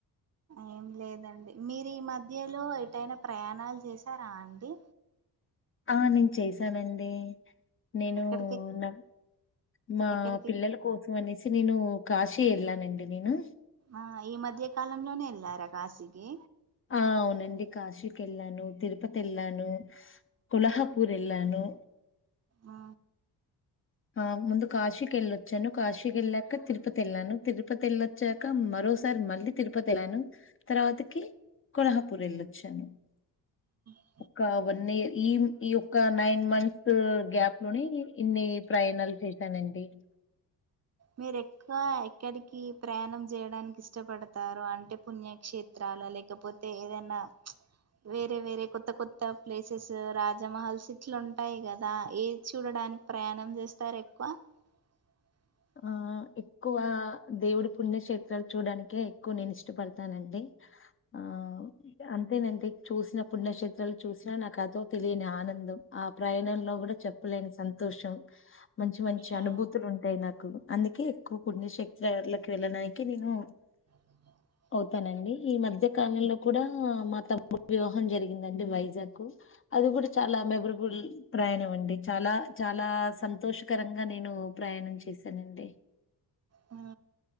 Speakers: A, on the right; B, on the left.
A: ఏం లేదండి మీరు ఈ మధ్యలో ఎటైనా ప్రయాణాలు చేసారా అండి
B: ఆ నేన్ చేసానండి నేను
A: ఎక్కడికి
B: నా మా
A: ఎక్కడికి
B: పిల్లల కోస్ సం అనేసి నేను కాశి ఎల్ల అండీ నేను
A: ఆ ఈ మధ్య కాలంలోనే వెళ్ళారా కాశికి
B: ఆ అవునండి కాశీకి వెళ్ళాను తిరుపతి వెళ్ళాను కుల్హాపూర్ ఏళ్ళను
A: ఆ
B: ఆ ముందు కాశీకి వెళ్ళొచ్చాను కాశీకి వెళ్ళాక తిరుపతి వెళ్ళాను తిరుపతి వెళ్ళో చ్చాక మరోసారి మళ్ళీ తిరుపతి వెళ్ళాను తర్వాతకి కొలహాపూర్ వెళ్ళొచ్చాను
A: ఉ
B: ఒక వన్ ఇయర్ ఈ ఈ ఒక్క నైన్ మంత్స్ గ్యాప్ లోనే ఇన్ని ప్రయాణాలు చేశానండి
A: మీరు ఎక్కువ ఎక్కడికి ప్రయాణం చేయడానికి ఇష్టపడతారు అంటే పుణ్యక్షేత్ త్రల లేకపోతే ఏదైనా వేరే వేరే కొత్త కొత్త ప్లేసెస్ రాజమహల్స్ ఇట్లు ఉంటాయి కదా ఏ చూడడానికి ప్రయాణం చేస్తారు ఎక్కువ ఉ
B: ఆ ఎక్కువ దేవుడు పుణ్యక్షేత్రాలు చూడడానికే ఎక్కువ నేను ఇష్టపడతానండి ఆ అం అదేనంటే చూసిన పుణ్యక్షేత్రాలు చూసినా నాకు అదో తెలియని ఆనందం ఆ ప్రయాణంలో కూడా చె చెప్పలేని సంతోషం మంచి మంచి
A: ఆ
B: అనుభూతి ఉంటాయి నాకు అందుకే ఎక్కువ పుణ్యక్షేత్రలకి వెళ్ళడానికి నేను
A: అ
B: అవుతానండి ఈ మధ్య కాలంలో కూడా మా తమ్ముడు వివాహం జరిగిందండి వైజాగ్ కు అది కూడా చాలా మెబరుబుల్ ప్రయాణం అండి చాలా చాలా సంతోషకరంగా నేను ప్రయాణం చేశానండి
A: ఆ